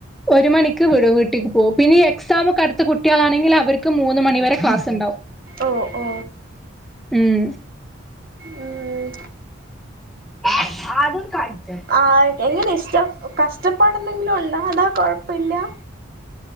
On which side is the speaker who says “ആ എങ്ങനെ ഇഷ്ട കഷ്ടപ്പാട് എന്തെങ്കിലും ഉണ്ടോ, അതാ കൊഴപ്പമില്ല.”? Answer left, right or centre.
Right